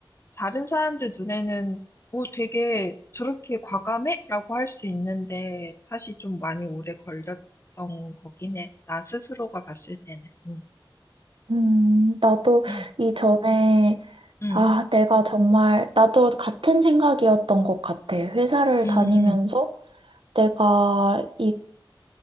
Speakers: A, on the left; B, on the right.
A: 다른 사람들 눈에는 오, 되게 저렇게 과감해? 라고 할 수 있는데 사실 좀 많이 오래 걸렸던 거긴 해. 나 스스로가 봤을 때는. 응,
B: 음, 나도
A: 응,
B: 이전에,
A: 응,
B: 아, 내가 정말, 나도 같은 생각이었던 것 같아. 회사를
A: 응.
B: 다니면서 내가 이